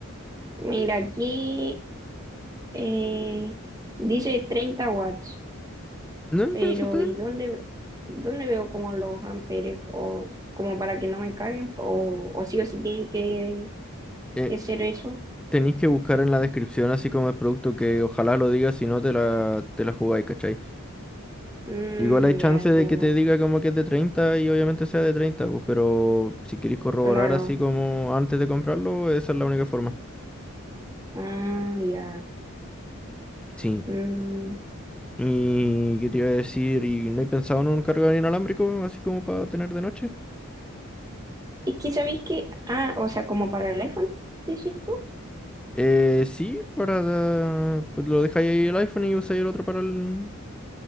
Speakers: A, on the right (about 15°); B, in the centre.
A: Mira, aquí Eh, dice 30 watts,
B: No,
A: pero
B: con eso está bien.
A: ¿y dónde, dónde veo como los amperes o como para que no me caguen o, o sí o sí tienen que,
B: Eh,
A: que ser eso?
B: tenéis que buscar en la descripción, así como el producto, que ojalá lo diga, si no te la, te la jugáis, ¿cachai?
A: Mm,
B: Igual hay chance
A: ya entiendo,
B: de que te diga como que es de 30 y obviamente sea de 30 pues, pero si queréis corroborar
A: claro.
B: así como antes de comprarlo, esa es la única forma.
A: Ah, ya.
B: Sí.
A: Mm.
B: ¿Y qué te iba a decir? ¿Y no he pensado en un cargador inalámbrico así como para tener de noche?
A: Es que sabéis que, ah, o sea, como para el iPhone, decís tú.
B: Eh, sí, para... da- Pues lo dejáis ahí el iPhone y usáis el otro para el...